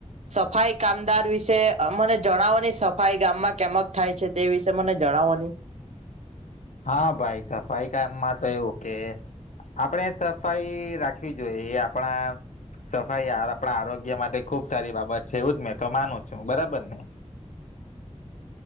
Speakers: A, on the right; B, on the left.
A: સફાઈ કામદાર વિશે મને જણાવોની સફાઈ ગામમાં કેમક થાય છે, તે વિશે મને જણાવો નહી.
B: હા ભાઈ સફાઈ કામમાં તો એવું કે આપણે સફાઈ રાખવી જોઈએ એ આપણા સફાઈ આપણા આરોગ્ય માટે ખુબ સારી બાબત છે, એવું જ મેં તો માનું છું બરાબર ને.